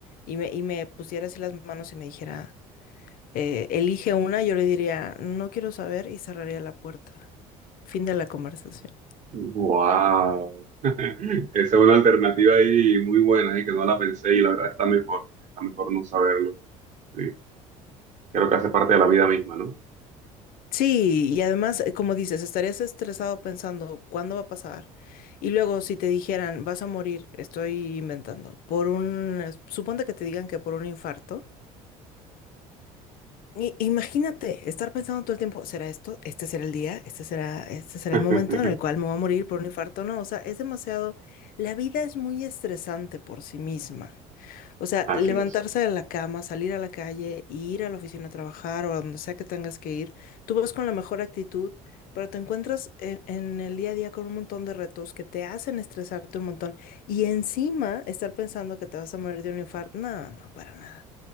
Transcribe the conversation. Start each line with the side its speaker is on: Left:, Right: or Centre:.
Left: Y me, y me pusiera así las manos y me dijera, "Eh, elige una, yo le diría, no quiero saber y cerraría la puerta. Fin de la conversación.
Right: ¡Wow! <laughs> Esa es una alternativa ahí muy buena y que no la pensé y la verdad está mejor. Está mejor no saberlo. Sí. Creo que hace parte de la vida misma, ¿no?
Left: Sí, y además, eh, como dices, estarías estresado pensando cuándo va a pasar. Y luego, si te dijeran, vas a morir, estoy inventando, por un, eh, suponte que te digan que por un infarto. I- imagínate estar pensando todo el tiempo, ¿será esto? ¿Este será el día? ¿Este será, este será
Right: <laughs>
Left: el momento en el cual me voy a morir por un infarto? No, o sea, es demasiado, la vida es muy estresante por sí misma. O sea,
Right: Así
Left: levantarse
Right: es.
Left: de la cama, salir a la calle, ir a la oficina a trabajar o a donde sea que tengas que ir, tú vas con la mejor actitud, pero te encuentras en, en el día a día con un montón de retos que te hacen estresarte un montón y encima estar pensando que te vas a morir de un infarto. No, no, para nada.